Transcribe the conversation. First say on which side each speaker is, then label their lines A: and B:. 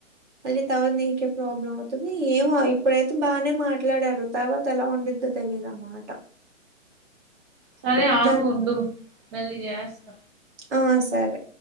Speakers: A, on the right; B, on the right.
A: మళ్ళీ తవాత నీకే ప్రాబ్లం అవుతుంది ఏమో ఇప్పుడైతే బానే మాట్లాడారు తర్వాత ఎలా ఉండిద్దో తెలీదు ఆ మాట
B: సరే ఆగు
A: నాకు
B: ఉండు మళ్ళి చేస్త
A: ఆ సరే